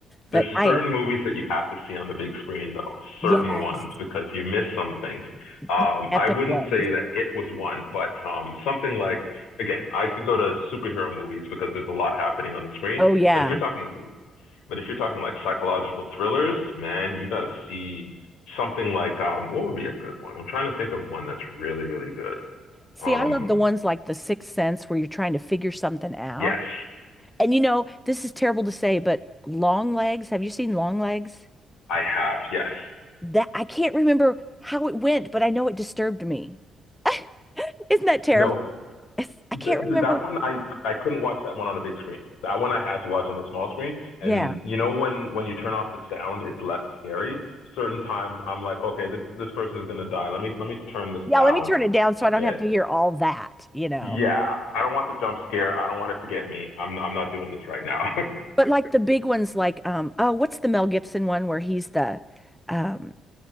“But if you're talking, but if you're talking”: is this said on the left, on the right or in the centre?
Left